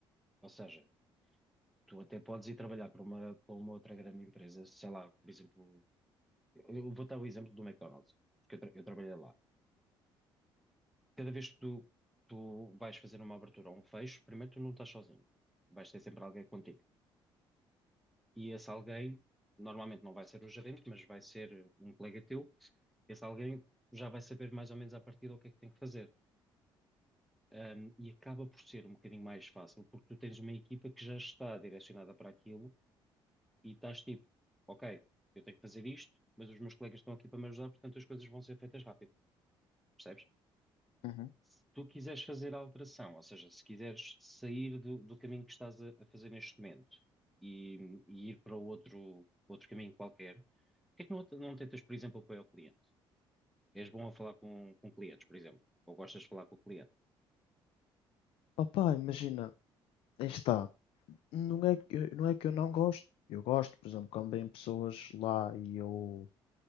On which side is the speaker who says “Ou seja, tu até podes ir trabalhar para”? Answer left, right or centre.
Centre